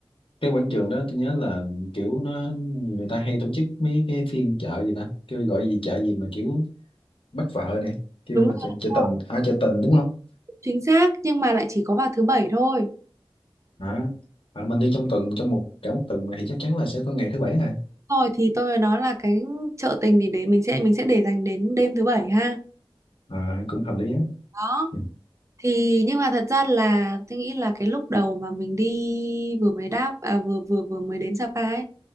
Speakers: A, on the left; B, on the right.
A: cái quảng trường đó tôi nhớ là kiểu nó người ta hay tổ chức mấy cái phiên chợ gì ta kêu gọi gì chợ gì mà kiểu bắt vợ này kêu
B: đúng rồi
A: là chợ, chợ
B: đúng
A: tình
B: rồi.
A: à chợ tình đúng không
B: chính xác nhưng mà lại chỉ có vào thứ bảy thôi
A: à, à, mình đi trong tuần trong một cả một tuần mà thì chắc chắn là sẽ có ngày thứ bảy à,
B: rồi thì tôi mới nói là cái chợ tình thì để mình sẽ mình sẽ để dành đến đêm thứ bảy ha
A: à cũng hợp lý á
B: đó
A: ừ.
B: thì nhưng mà thật ra là tôi nghĩ là cái lúc đầu mà mình đi vừa mới đáp à, vừa vừa vừa mới đến Sapa ấy